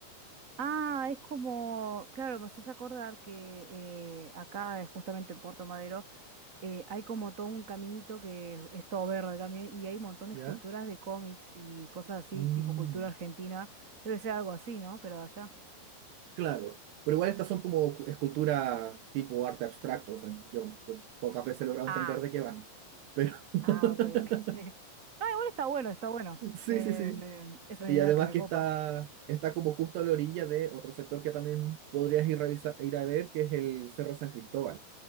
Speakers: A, on the right; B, on the right.
A: ah, es como, claro, me haces acordar que eh, acá, eh, justamente en Puerto Madero, eh, hay como todo un caminito que es todo verde también y hay un montón de
B: ¿ya?
A: esculturas de cómics y cosas así,
B: Mm,
A: tipo cultura argentina. Debe ser algo así, ¿no? Pero de allá.
B: claro, pero igual estas son como cu- esculturas tipo arte abstracto, o sea, yo, yo pocas veces he logrado
A: Ah.
B: entender de qué van. Pero <laughs>
A: Ah, ok, ok. <laughs> No, igual está bueno, está bueno.
B: sí,
A: Eh,
B: sí, sí.
A: me- es una
B: Y
A: idea
B: además
A: que me
B: que
A: copa.
B: está, está como justo a la orilla de otro sector que también podrías ir, revisa- ir a ver, que es el Cerro San Cristóbal,